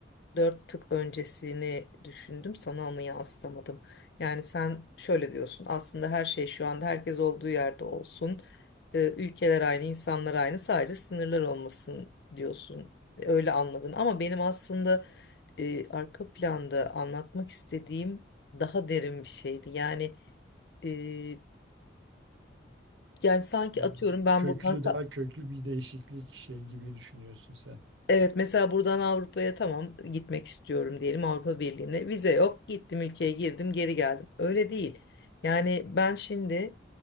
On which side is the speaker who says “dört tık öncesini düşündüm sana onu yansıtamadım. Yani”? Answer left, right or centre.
Left